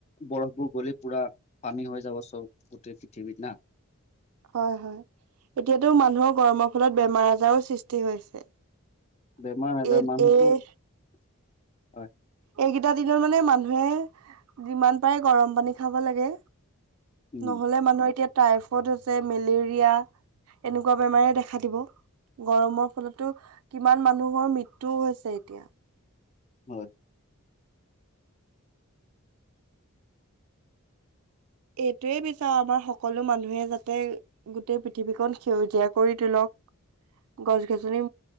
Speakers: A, on the left (about 30°); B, on the right (about 80°).
A: বৰফবোৰ গলি পুৰা পানী হৈ যাব চব, গোটেই পৃথিৱীত না।
B: হয় হয় এতিয়াতো মানুহৰ গৰমৰ ফলত বেমাৰ-আজাৰো সৃষ্টি হৈছে।
A: বেমাৰ-আজাৰ
B: এই
A: মানুহটো
B: এই
A: হয়।
B: এইকেইটা দিনত মানে মানুহে যিমান পাৰে গৰম পানী খাব লাগে।
A: উম
B: নহ'লে মানুহৰ এতিয়া টাইফইড হৈছে, মেলেৰিয়া, এনেকুৱা বেমাৰে দেখা দিব। গৰমৰ ফলতো কিমান মানুহৰ মৃত্যও হৈছে এতিয়া।
A: হয়।
B: এইটোৱেই বিচাৰো আমাৰ সকলো মানুহে যাতে গোটেই পৃথিৱীখন সেউজীয়া কৰি তোলক। গছ-গছনি